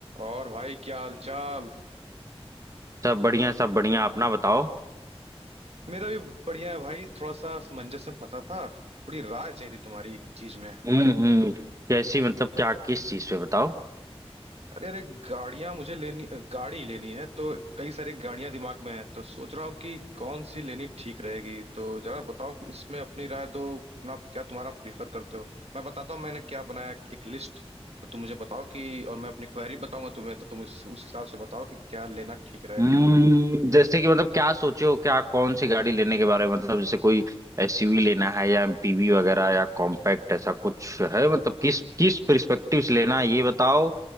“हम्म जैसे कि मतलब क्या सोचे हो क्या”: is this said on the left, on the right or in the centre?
Right